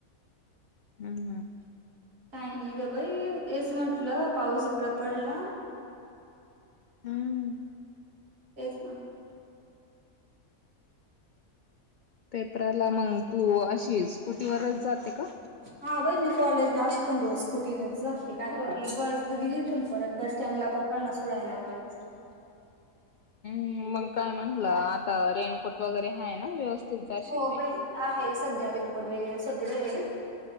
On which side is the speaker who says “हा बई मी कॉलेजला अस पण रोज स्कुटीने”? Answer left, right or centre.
Right